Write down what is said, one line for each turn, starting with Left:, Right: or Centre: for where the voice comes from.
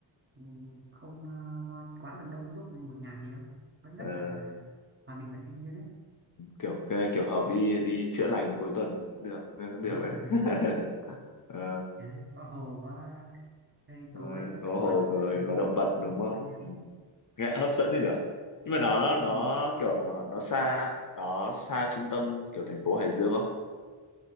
Right: ừ, không ờ, lo quá là đông đúc một ngày gì đâu vẫn
Left: ờ,
Right: rất là hòa mình và thiên nhiên đấy
Left: kiểu cái này kiểu hợp đi đi chữa lành cuối tuần được, cũng được
Right: đúng
Left: đấy.
Right: rồi đúng rồi
Left: <laughs> Ờ,
Right: Đấy, có hồ có cây
Left: Rồi,
Right: cối có
Left: có
Right: động vật
Left: hồ
Right: rất
Left: rồi
Right: là
Left: có
Right: đẹp
Left: động vật
Right: đó,
Left: đúng không
Right: quá đẹp
Left: ừ. nghe hấp dẫn đấy nhở nhưng mà nó nó
Right: ừ.
Left: kiểu nó nó xa nó xa trung tâm kiểu thành phố Hải Dương không